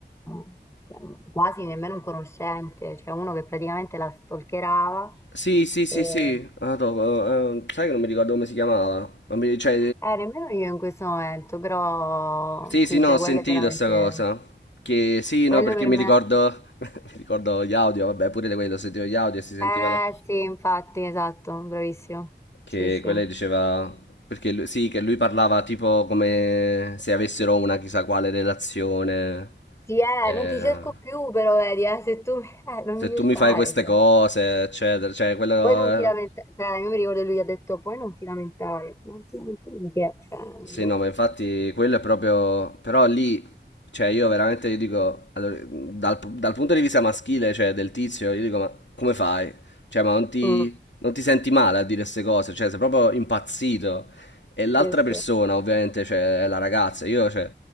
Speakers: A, on the left; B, on the left.
A: eh, cioè, quasi nemmeno un conoscente, cioè uno che praticamente la stalkerava
B: Sì, sì, sì,
A: e
B: sì. Ah, to- eh, sai che non mi ricordo come si chiamava? Non mi- cioè,
A: eh, nemmeno io in questo momento, però
B: Sì,
A: sì,
B: sì, no,
A: cioè
B: ho sentito
A: quello è veramente,
B: sta cosa. Che sì,
A: quello
B: no, perché
A: per
B: mi
A: me,
B: ricordo, <laughs> mi ricordo gli audio, vabbè, pure di quello, sentivo gli audio e si sentiva
A: eh
B: là.
A: sì, infatti, esatto, bravissimo,
B: Che
A: sì sì.
B: quella diceva, perché lui- sì, che lui parlava tipo come se avessero una chissà quale relazione.
A: Sì, eh,
B: eh,
A: non ti cerco più però, vedi, eh, se tu <laughs> eh, non mi
B: se tu
A: cercare,
B: mi fai queste
A: cioè.
B: cose, eccetera, cioè quello...
A: Poi non ti lamentare, cioè, io mi ricordo che lui ha detto, poi non ti lamentare, non ti lamentare di che, cioè,
B: Sì,
A: boh.
B: no, ma infatti quello è proprio... Però lì, cioè io veramente io dico, allora, dal, dal punto di vista maschile, cioè del tizio, io dico, ma come fai? Cioè, ma non ti,
A: Mm,
B: non ti senti male a dire queste cose? Cioè, sei proprio impazzito. E
A: sì,
B: l'altra
A: sì.
B: persona, ovviamente, cioè, è la ragazza, io, cioè,